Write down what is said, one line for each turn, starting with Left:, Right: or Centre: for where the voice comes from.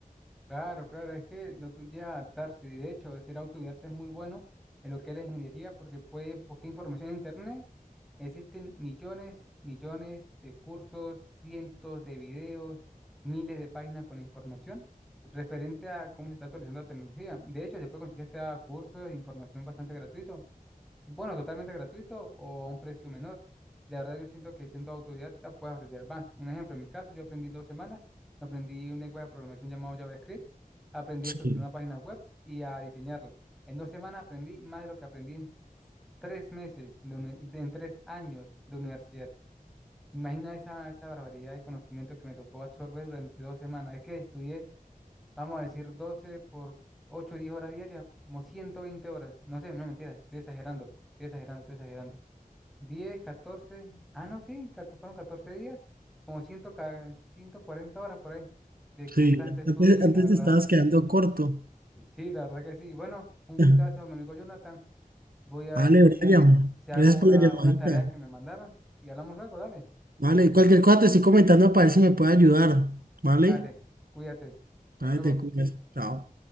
Centre: Claro, claro, es que lo tuyo es adaptarse y de hecho ser autodidacta es muy bueno en lo que es la ingeniería porque puedes buscar información en internet. Existen millones, millones de cursos, cientos de videos, miles de páginas con información referente a cómo se está actualizando la tecnología. De hecho, se puede conseguir hasta cursos de información bastante gratuito bueno, totalmente gratuito o a un precio menor. La verdad yo siento que siendo autodidacta puedes aprender más. Un ejemplo, en mi caso, yo aprendí en dos semanas, aprendí un lenguaje de programación llamado JavaScript, aprendí
Right: Sí,
Centre: a estructurar una página web y a diseñarla. En dos semanas aprendí más de lo que aprendí en s- tres meses, de uni- de- en tres años de universidad. Imagina esa, esa barbaridad de conocimiento que me tocó absorber durante dos semanas. Es que estudié Vamos a decir 12 por ocho 10 horas diarias, como 120 horas. No sé, no mentira, estoy exagerando, estoy exagerando, estoy exagerando. diez catorce ah, no, sí, cato- fueron 14 días, como 100, ca- 140 horas por ahí, de constante
Right: sí.
Centre: estudio
Right: Antes, antes
Centre: y la verdad,
Right: te estabas quedando corto.
Centre: sí, la verdad que sí. Bueno, un gustazo,
Right: <laughs>
Centre: mi amigo Jonathan. Voy a ver
Right: Vale,
Centre: si,
Right: Brian,
Centre: si hago
Right: gracias
Centre: una,
Right: por la llamadita.
Centre: unas tareas que me mandaron y hablamos luego, dale,
Right: Vale, cualquier cosa te estoy comentando para ver si me puede ayudar. Vale,
Centre: dale, cuídate,
Right: vale,
Centre: hasta luego.
Right: te cuidas. Chao.